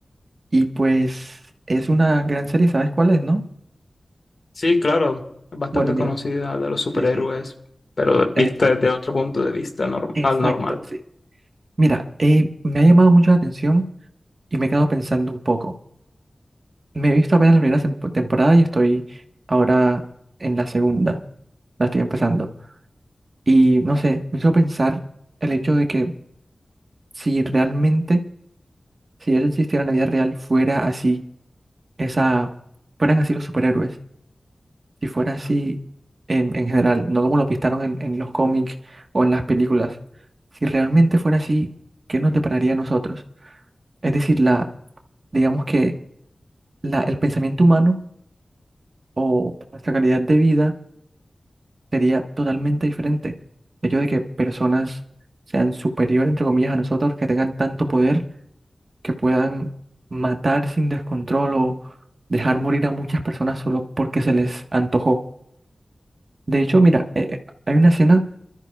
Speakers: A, on the right; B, on the left.
A: y pues es una gran serie, ¿sabes cuál es, no?
B: Sí, claro, es bastante
A: Bueno, mira.
B: conocida de los superhéroes,
A: Sí, sí,
B: pero de-
A: exacto.
B: vista desde otro punto de vista norm-
A: Exacto,
B: al normal.
A: sí. Mira, eh, me ha llamado mucho la atención y me he quedado pensando un poco. Me he visto apenas la primera tempo- temporada y estoy ahora en la segunda, la estoy empezando. Y no sé, me hizo pensar el hecho de que si realmente Si eso existiera en la vida real, fuera así, esa, fueran así los superhéroes, si fuera así en, en general, no como lo pintaron en, en los cómics o en las películas, si realmente fuera así, ¿qué nos depararía a nosotros? Es decir, la, digamos que la, el pensamiento humano o nuestra calidad de vida sería totalmente diferente. El hecho de que personas sean superiores, entre comillas, a nosotros, que tengan tanto poder que puedan matar sin descontrol o dejar morir a muchas personas solo porque se les antojó. De hecho, mira, eh, eh, hay una escena,